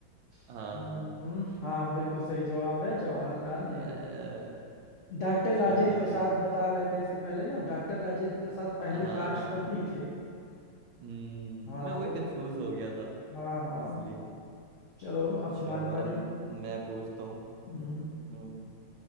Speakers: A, on the right; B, on the left.
A: हाँ
B: हम्म, हम्म हाँ बिल्कुल सही जवाब है जवाहरलाल
A: अ,
B: नेहरू डॉक्टर राजेंद्र
A: चलो
B: प्रसाद बता रहे थे इसके पहले ना डॉक्टर राजेंद्र प्रसाद पहले
A: हाँ
B: राष्ट्रपति थे
A: हम्म
B: हाँ
A: मैं वही
B: वो
A: कंफ्यूज हो गया था
B: हाँ हाँ
A: इसलिए
B: चलो अब
A: चलो
B: तुम्हारी बारी
A: अब मैं पूछता हूँ
B: हम्म
A: हम्म,